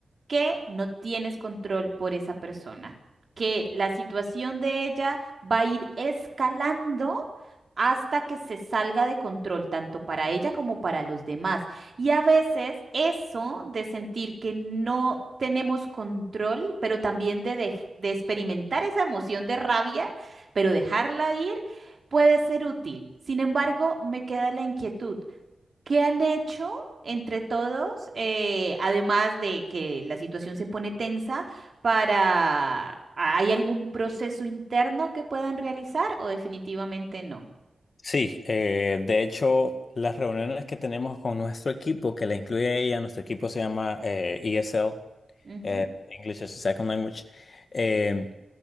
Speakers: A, on the right; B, on the left.
A: que no tienes control por esa persona, que la situación de ella va a ir escalando hasta que se salga de control, tanto para ella como para los demás. Y a veces eso de sentir que no tenemos control, pero también de, dej- de experimentar esa emoción de rabia, pero dejarla ir, puede ser útil. Sin embargo, me queda la inquietud. ¿Qué han hecho entre todos, eh, además de que la situación se pone tensa, para... ¿Hay algún proceso interno que puedan realizar o definitivamente no?
B: Sí, eh, de hecho, las reuniones que tenemos con nuestro equipo, que la incluye ella, nuestro equipo se llama eh, ESL,
A: Ujú,
B: eh, English as a Second Language. eh,